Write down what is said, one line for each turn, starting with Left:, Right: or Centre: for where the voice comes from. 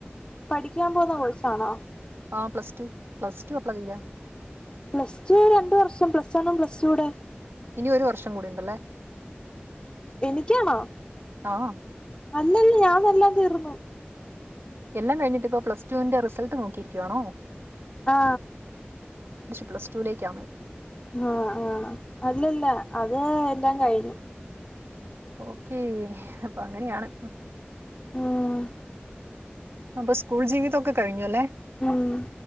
Left: പഠിക്കാൻ പോകുന്ന കോഴ്സ് ആണാ
Right: ആ പ്ലസ്ടു പ്ലസ്ടു എപ്പള തീരാ
Left: പ്ലസ്ടു രണ്ട് വർഷം പ്ലസ് വൺ പ്ലസ്ടു കൂടെ
Right: ഇനി ഒരു വർഷം കൂടി ഉണ്ടല്ലേ
Left: എനിക്ക് ആണോ
Right: ആഹ്
Left: അല്ല അല്ല ഞാൻ അത് എല്ലാം തീർന്ന്
Right: എല്ലാം കഴിഞ്ഞിട്ട് ഇപ്പം പ്ലസ്ടുൻ്റെ റിസൾട്ട് നോക്കിയിരിക്കാണോ
Left: ആ
Right: പ്ലസ് ടുവിലേക്കാണ്
Left: ആ ആ അല്ല അല്ല അത് എല്ലാം കഴിഞ്ഞ്
Right: ഓക്കെ അപ്പം അങ്ങനെ ആണ്
Left: ഉം
Right: അപ്പൊ സ്കൂൾ ജീവിതൊക്കെ കഴിഞ്ഞു അല്ലേ
Left: ഉം